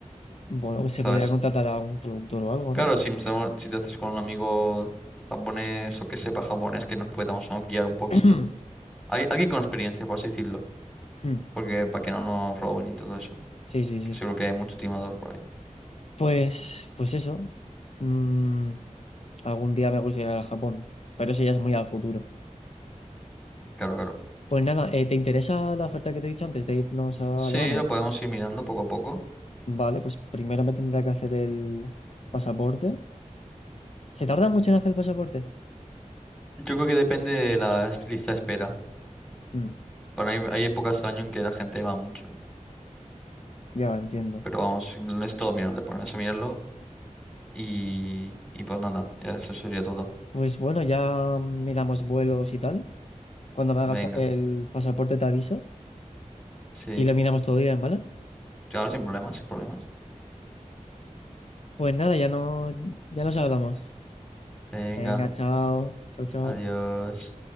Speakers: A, on the left; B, in the centre.
A: Bueno, pues se
B: ¿sabes?
A: podría contratar a un traductor o algo,
B: Claro,
A: ¿no?
B: si, nos damos- si te haces con un amigo japonés o que sepa japonés, que nos podamos ¿no? guiar un poquito
A: <clears throat>
B: Al- alguien con experiencia, por así decirlo.
A: Mm,
B: Porque para que no nos roben y todo eso.
A: Sí, sí, sí.
B: Que seguro que hay mucho timador por ahí.
A: Pues, pues eso. Mm, algún día me gustaría ir a Japón, pero eso ya es muy al futuro.
B: Claro, claro.
A: Pues nada, eh, ¿te interesa la oferta que te he dicho antes de irnos a
B: Sí,
A: Alemania?
B: lo podemos ir mirando poco a poco.
A: Vale, pues primero me tendría que hacer el pasaporte. ¿Se tarda mucho en hacer el pasaporte?
B: Yo creo que depende de la es- lista de espera.
A: Mm,
B: Para mí hay épocas del año en que la gente va mucho.
A: ya entiendo.
B: Pero vamos, no es todo mierda, te pones a mirarlo. Y, y pues nada, ya eso sería todo.
A: Pues bueno, ya miramos vuelos y tal. Cuando me hagas
B: Venga,
A: el pasaporte te aviso
B: sí.
A: y lo miramos todo bien, ¿vale?
B: Claro, sin problemas, sin problemas.
A: Pues nada, ya no, ya nos hablamos.
B: Venga,
A: Venga, chao. Chao, chao.
B: adiós.